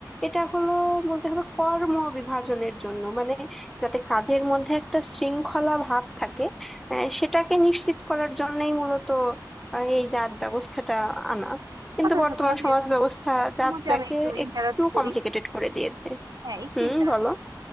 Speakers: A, in the centre; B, on the right.
A: এটা হলো বলতে হবে কর্ম বিভাজনের জন্য মানে যাতে কাজের মধ্যে একটা শৃঙ্খলা ভাব থাকে আহ, সেটাকে নিশ্চিত করার জন্যই মূলত আহ, এই জাত ব্যবস্থাটা আনা কিন্তু
B: আচ্ছা আচ্ছা
A: বর্তমান
B: তোমাকে
A: সমাজ ব্যবস্থা জাতটাকে
B: তোমাকে আমি একটু ইন্টারাপ্ট
A: একটু
B: করি
A: কমপ্লিকেটেড করে দিয়েছে
B: হ্যাঁ একটু
A: হুম
B: এটা
A: বলো